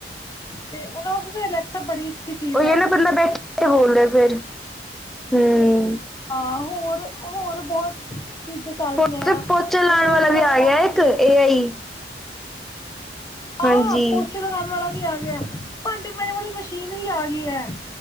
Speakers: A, on the left; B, in the centre.
A: ਤੇ ਓਨਾਂ ਵਾਸਤੇ ਅਲੈਕਸਾ ਬੜੀ। ਅੱਛੀ ਚੀਜ਼
B: ਔਈਓ
A: ਹੈ
B: ਨਾ ਬੰਦਾ ਬੈਠ, ਕੇ ਬੋਲਦੈ ਫਿਰ, ਹੂੰ।
A: ਹਾਂ, ਹੋਰ-ਹੋਰ ਬੋਹਤ। ਚੀਜ਼ਾਂ ਚਲ
B: ਹੁਣ
A: ਪੇਆ,
B: ਤੇ ਪੋਚੇ ਲਾਉਣ
A: ਹੁਨ
B: ਵਾਲਾ
A: ਇੰਸਟਾਗ੍ਰਾਮ
B: ਵੀ ਆ ਗਿਆ
A: ਈ
B: ਇੱਕ
A: ਦੇਖਲੋ।
B: ਏ ਆਈ
A: ਆ,
B: ਹਾਂਜੀ
A: ਪੋਚੇ ਲੱਗਾਨ ਵਾਲਾ। ਮੀਂ ਆ ਗਿਆ, ਭਾਂਡੇ ਮਾਂਜਨ ਵਾਲੀ ਮਸ਼ੀਨ ਵੀ ਆ ਗਈ ਐ,